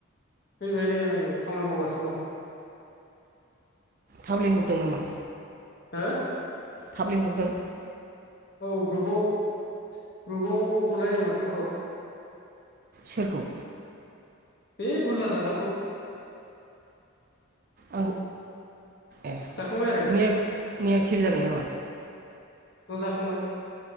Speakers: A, on the left; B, on the right.
A: फैबाय नै आङो खामानि मावगासिनो दं।
B: थाब लेंंहरदों नामा?
A: हो
B: थाब लेंंहरदों?
A: औ ग्रुबाव ग्रुबाव हरलाय लायदों माथो फट'क।
B: सोरखौ?
A: बे बुरला जारलाखौ।
B: औ ए
A: जाखांबाय आरो
B: मैया मैया फेल जादों नामा?
A: औ जाखांबाय।